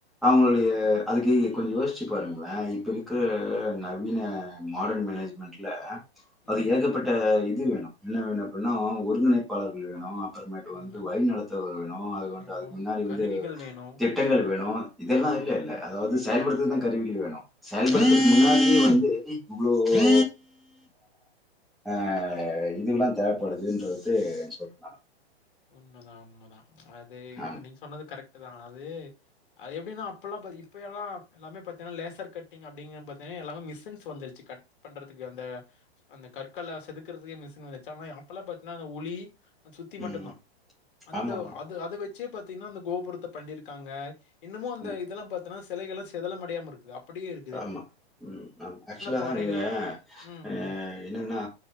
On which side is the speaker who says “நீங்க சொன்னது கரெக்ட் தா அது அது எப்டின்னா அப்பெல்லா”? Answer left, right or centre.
Left